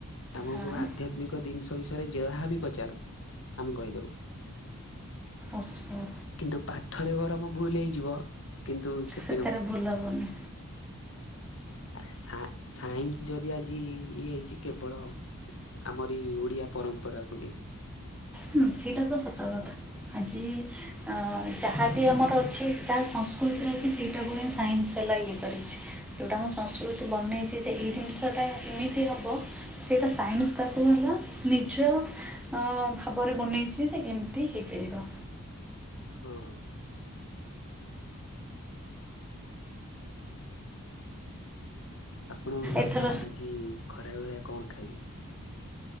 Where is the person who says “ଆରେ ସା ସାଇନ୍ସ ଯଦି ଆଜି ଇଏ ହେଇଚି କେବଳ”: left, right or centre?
Left